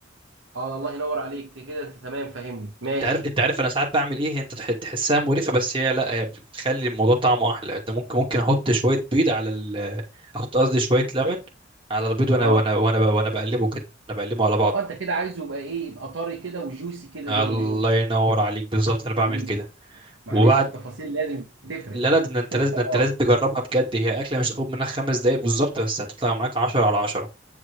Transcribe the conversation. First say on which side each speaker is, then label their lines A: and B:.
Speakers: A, on the right; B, on the right.
A: اه الله ينور عليك كده انت تمام فاهمني ماشي
B: انت عارف انت عارف انا ساعات بعمل ايه انت تح- تحسها مريخه بس هي لا هي بتخلي الموضوع طعمه احلى انت ممكن ممكن احط شويه بيض على ال احط قصدي شويه لبن على البيض وانا
A: اه
B: وانا وانا ب- وانا بقلبه كده انا بقلبه على بعض
A: اه انت كده عايزه يبقى ايه يبقى طري كده وجوسي كده
B: الله
A: زي ما بيقولوا
B: ينور عليك بالظبط انا بعمل
A: حبيبي
B: كده
A: معلش
B: وبعد
A: التفاصيل لازم تفرق
B: لا لا ده انت
A: <laughs>
B: لازم ده انت
A: اه
B: لازم تجربها بجد هي اكله مش هتاخد منك خمس دقايق بالظبط بس هتطلع معاك 10 على 10